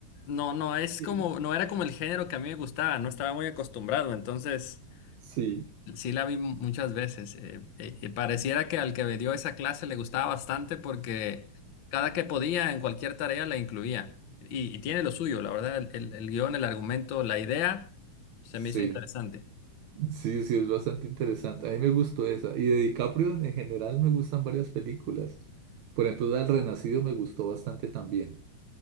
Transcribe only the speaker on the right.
Sí.
Sí,
sí,
sí, sí, es bastante interesante. A mí me gustó esa. Y de DiCaprio en general me gustan varias películas. Por ejemplo, la del Renacido me gustó bastante también.